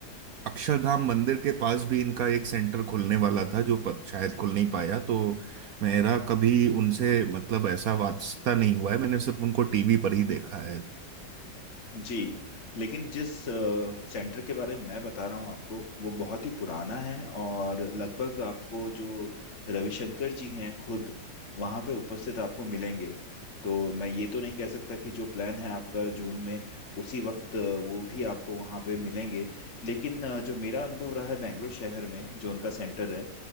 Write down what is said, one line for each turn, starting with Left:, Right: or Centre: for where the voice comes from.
Right: अक्षरधाम मंदिर के पास भी इनका एक सेंटर खुलने वाला था जो प, शायद खुल नहीं पाया तो मेरा कभी उनसे मतलब ऐसा वास्ता नहीं हुआ है मैंने सिर्फ उनको टीवी पर ही देखा है
Left: जी लेकिन जिस सेंटर के बारे में मैं बता रहा हूँ आपको वो बहुत ही पुराना है और लगभग आपको जो रविशंकर जी हैं खुद वहाँ पे उपस्थित आपको मिलेंगे तो मैं ये तो नहीं कह सकता कि जो प्लान है आपका जून में उसी वक्त अ, वो भी आपको वहाँ पे मिलेंगे लेकिन अ, जो मेरा अनुभव रहा है बेंगलोर शहर में जो उनका सेंटर है